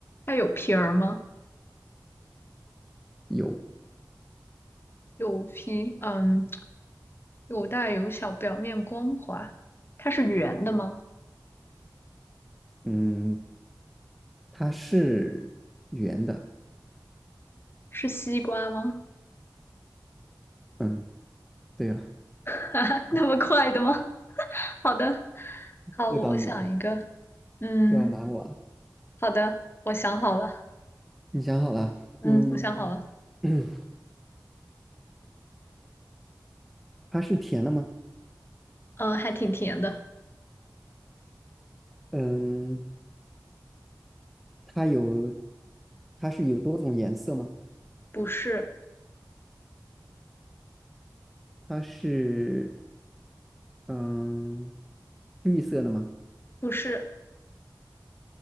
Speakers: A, on the left (about 30°); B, in the centre.
A: 它有皮儿吗？
B: 有，
A: 有皮，嗯，有大有小，表面光滑。它是圆的吗？
B: 嗯，它是圆的。
A: 是西瓜吗？
B: 嗯，对了，
A: <laughs> 哈哈，那么快的吗？<laughs> 好的，好，
B: 又到你了，
A: 我想一个。嗯，
B: 又要拿我了。
A: 好的，我想好了。
B: 你想好了？
A: 嗯，
B: 嗯，
A: 我想好了。
B: <clears throat> 它是甜的吗？
A: 嗯，还挺甜的。
B: 嗯，它有，它是有多种颜色吗？
A: 不是，
B: 它是，嗯，绿色的吗？
A: 不是，